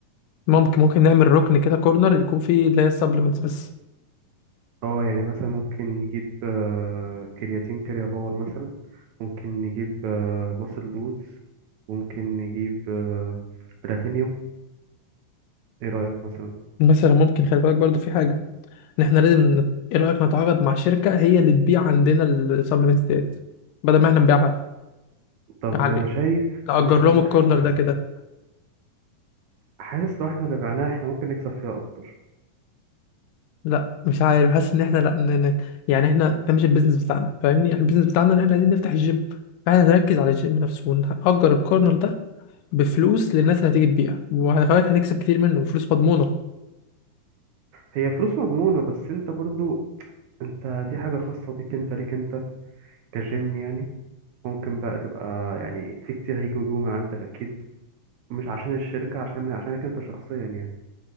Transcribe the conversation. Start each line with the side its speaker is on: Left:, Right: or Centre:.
Left: ممكن ممكن نعمل ركن كده كورنر يكون فيه اللي هي السبلمنتس بس
Right: اه يعني مثلا ممكن نجيب آه، كرياتين كريا باور مثلا ممكن نجيب آه، ماسل دوز ممكن نجيب آه، بلاتينيوم ايه رأيك مثلا
Left: مثلا ممكن خلي بالك برضو في حاجه ان احنا لازم نت- ايه رايك نتعاقد مع شركه هي اللي تبيع عندنا السبلمنتس ديت بدل ما احنا نبيعها
Right: طب
Left: يعني
Right: ما انا شايف
Left: نأجر
Right: ان احنا
Left: لهم
Right: نبيعها
Left: الكورنر
Right: احسن
Left: ده كده
Right: حاسس لو احنا اللي بعناها احنا ممكن نكسب فيها اكتر
Left: لا مش عارف حاسس ان احنا لا ن... ن- يعني احنا ده مش البيزنس بتاعنا فاهمني إحنا البيزنس بتاعنا ان احنا عايزين نفتح الجيم فاحنا نركز على الجيم نفسه ونأجر الكورنر ده بفلوس للناس اللي هتيجي تبيع وهنخليك هنكسب كتير منه وفلوس مضمونه
Right: هي فلوس مضمونة بس انت برضو انت دي حاجة خاصة بيك انت ليك انت كجيم يعني ممكن بقى تبقى يعني في كتير هيجوا يجوا من عندك اكيد مش عشان الشركة عشان عشانك انت شخصيا يعني